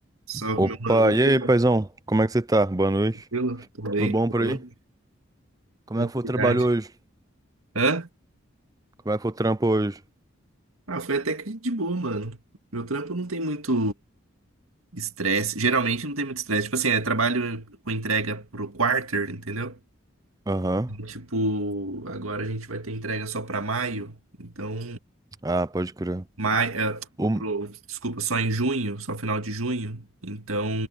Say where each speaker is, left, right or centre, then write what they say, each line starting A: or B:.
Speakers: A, on the right (about 85°); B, on the right (about 15°).
A: Salve,
B: Opa,
A: meu mano, beleza?
B: e aí, paizão? Como é que você tá? Boa noite.
A: Tranquilo? Tudo bem?
B: Tudo bom
A: Boa
B: por aí?
A: noite,
B: Como
A: tranquilidade.
B: é que foi o trabalho hoje?
A: Hã?
B: Como é que foi o trampo hoje?
A: Ah, foi até que de boa, mano. Meu trampo não tem muito estresse. Geralmente não tem muito estresse. Tipo assim, é trabalho com entrega pro quarter, entendeu?
B: Aham.
A: Tipo, agora a gente vai ter entrega só pra maio. Então,
B: Ah, pode crer.
A: maio, é,
B: O...
A: pro- desculpa, só em junho, só final de junho. Então,